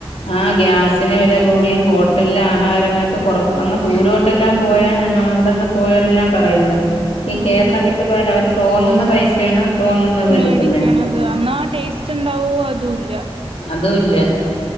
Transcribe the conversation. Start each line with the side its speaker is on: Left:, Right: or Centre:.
Left: ആ ഗ്യാസിന് വില കൂടി ഹോട്ടല്ല് ആഹാരങ്ങൾക്ക് പുറത്ത് അങ്ങ് ദൂരോട്ടെല്ലാം പോയാ ഞങ്ങള് ഇവിടെന്ന് പോയവരെല്ലാം പറയുന്ന്‌ ഈ
Right: ഉം
Left: കേരളം വിട്ട് പോയാല് അവര്- തോന്നുന്ന പൈസയാണ് തോന്നുന്നത്
Right: മേടിക്കണത്
Left: എടുക്കുന്നേ
Right: എന്നാ ആ ടേസ്റ്റ് ഉണ്ടാവോ അതും ഇല്ല
Left: അതും ഇല്ല